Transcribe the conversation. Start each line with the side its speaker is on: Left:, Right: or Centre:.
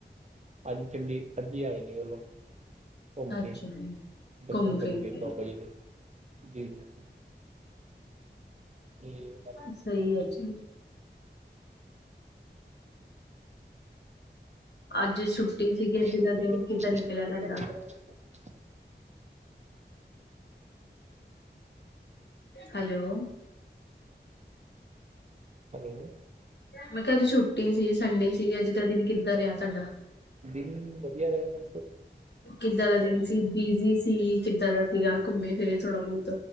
Right: ਹਾਂਜੀ, ਚੰਡੀ ਅੱਜ ਹੀ ਆਏ ਨੇ ਔ ਲੋਂ। ਘੁੰਮ
Left: ਅੱਛਾ ਅੱਛਾ
Right: ਕੇ,
Left: ਜੀ,
Right: ਦਰਸ਼ਨ
Left: ਘੁੰਮ
Right: ਕਰਨਗੇ
Left: ਫਿਰ ਕੇ
Right: ਬਾਬਾ ਜੀ ਦੇ, ਜੀ- ਜੀ- ਜੀ। ਤੇ ਉਹਨਾਂ ਦੀ
Left: ਸਹੀ ਹੈ ਜੀ। ਅੱਜ ਛੁੱਟੀ ਸੀਗੀ।
Right: ਛੁੱਟੀ
Left: ਅੱਜ ਦਾ
Right: ਸੀਗੀ
Left: ਦਿਨ
Right: ਅਸੀਂ
Left: ਕਿੱਦਾਂ
Right: ਦਾ
Left: ਨਿਕਲਿਆ
Right: ਦਿਨ ਕਿੱਦਾਂ
Left: ਤੁਹਾਡਾ।
Right: ਨਿਕਲਿਆ ਤੁਹਾਡਾ
Left: ਹੈਲੋ,
Right: ਹੈਲੋ,
Left: ਮੈਂ ਕਿਹਾ ਅੱਜ ਛੁੱਟੀ ਸੀ, ਸੰਡੇ ਸੀ, ਅੱਜ ਦਾ ਦਿਨ ਕਿੱਦਾਂ ਰਿਹਾ ਤੁਹਾਡਾ?
Right: ਦਿਨ ਵਧੀਆ ਰਿਹਾ ਦਾ
Left: ਕਿੱਦਾਂ ਦਾ ਦਿਨ ਸੀ, ਬਿਜੀ ਸੀ, ਕਿੱਦਾਂ ਦਾ ਸੀਗਾ, ਘੁੰਮੇ ਫਿਰੇ ਥੋੜਾ -ਬਹੁਤ?